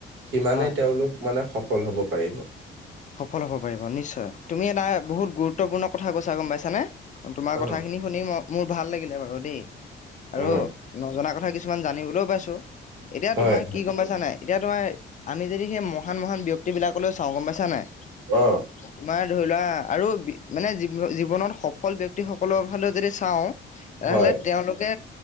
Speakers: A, on the right; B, on the left.
A: সিমানেই
B: হয়
A: তেওঁলোক মানে সফল হ'ব পাৰিব।
B: সফল হ'ব পাৰিব, নিশ্চয়! তুমি এটা বহুত গুৰুত্বপূৰ্ণ কথা কৈছা গ'ম পাইছানে? তোমাৰ
A: অ
B: কথাখিনি শুনি ম, মোৰ ভাল লাগিলে বাৰু দেই। আৰু
A: অ
B: নজনা কথা কিছুমান জানিবলৈও পাইছো। এতিয়া
A: হয়
B: তোমাৰ কি গম পাইছা নাই? এতিয়া তোমাৰ আমি যদি সেই মহান, মহান ব্যক্তিবিলাকলৈ চাওঁ, গম পাইছা নাই!
A: অ
B: তোমাৰ ধৰি লোৱা আৰু বি, মানে জী-জীৱনত সফল ব্যক্তিসকলৰ ফালেও যদি চাওঁ তেনেহলে
A: হয়
B: তেওঁলোকে